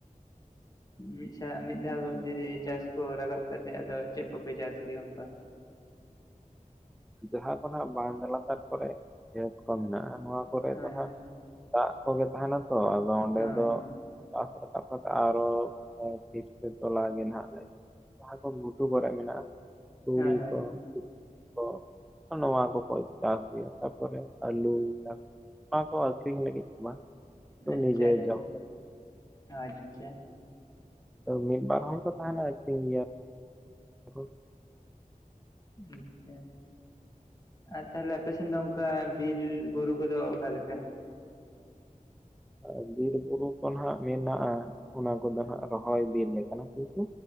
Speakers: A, in the centre; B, on the left.
A: <inaudible>
B: ᱢᱤᱫᱥᱟ ᱢᱤᱫ ᱫᱷᱟᱣ ᱡᱩᱫᱤ ᱪᱟᱥ ᱠᱚ ᱨᱟᱠᱟᱵ ᱠᱟᱛᱮᱜ, ᱟᱫᱚ ᱪᱮᱫ ᱠᱚᱯᱮ ᱪᱟᱥ ᱜᱮᱭᱟ ᱚᱱᱠᱟ?
A: ᱡᱟᱦᱟᱸ ᱠᱷᱚᱱᱟᱜ ᱵᱟᱫᱽ ᱞᱟᱛᱟᱨ ᱠᱚᱨᱮ ᱠᱷᱮᱛ ᱠᱚ ᱢᱮᱱᱟᱜᱼᱟ ᱱᱚᱣᱟ ᱠᱚᱨᱮ
B: ᱦᱳᱭ
A: ᱫᱚ ᱦᱟᱸᱜ,
B: ᱦᱳᱭ
A: ᱫᱟᱜ ᱠᱚᱜᱮ ᱛᱟᱦᱮᱱᱟ ᱛᱚ ᱟᱫᱚ ᱚᱸᱰᱮ
B: ᱦᱳᱭ
A: ᱫᱚ ᱪᱟᱥ ᱨᱟᱠᱟᱵ ᱠᱟᱛᱮ ᱟᱨᱚ ᱴᱷᱤᱠ ᱛᱮ ᱛᱚᱞᱟ ᱜᱮ ᱱᱟᱦᱟᱜ ᱞᱮ ᱡᱟᱦᱟᱸ ᱠᱚ ᱜᱷᱩᱴᱩ ᱠᱚᱨᱮ ᱢᱮᱱᱟᱜᱼᱟ ᱛᱩᱲᱤ
B: ᱦᱳᱭ ᱦᱳᱭ
A: ᱠᱚ ᱛᱤᱞᱢᱤᱧ ᱠᱚ, ᱱᱚᱣᱟ ᱠᱚᱠᱚ ᱪᱟᱥ ᱜᱮᱭᱟ ᱛᱟᱯᱚᱨᱮ ᱟᱹᱞᱩ ᱪᱟᱥ ᱚᱱᱟ ᱠᱚ ᱟᱹᱠᱷᱨᱤᱧ ᱞᱟᱹᱜᱤᱫ ᱫᱚ ᱵᱟᱝ ᱛᱚ
B: ᱟᱪᱪᱷᱟ
A: ᱱᱤᱡᱮ
B: ᱟᱪᱪᱷᱟ
A: ᱡᱚᱢ
B: ᱚ ᱟᱪᱪᱷᱟ᱾
A: ᱚ ᱢᱤᱫ ᱵᱟᱨ ᱦᱚᱲ ᱠᱚ ᱛᱟᱦᱮᱱᱟ ᱟᱠᱷᱨᱤᱧ ᱜᱮᱭᱟ, ᱠᱚ
B: ᱟᱪᱪᱷᱟ ᱟᱨ ᱛᱟᱦᱞᱮ ᱟᱯᱮ ᱥᱮᱱ ᱫᱚ ᱚᱱᱠᱟ ᱵᱤᱨᱼᱵᱩᱨᱩ ᱠᱚᱫᱚ ᱚᱠᱟᱞᱮᱠᱟ?
A: ᱟᱸ ᱵᱤᱨᱼᱵᱩᱨᱩ ᱠᱚ ᱦᱟᱸᱜ ᱢᱮᱱᱟᱜᱼᱟ ᱚᱱᱟ ᱠᱚᱫᱚ ᱦᱟᱸᱜ ᱨᱚᱦᱚᱭ ᱵᱤᱨ ᱜᱮ ᱠᱟᱱᱟ ᱠᱤᱱᱛᱩ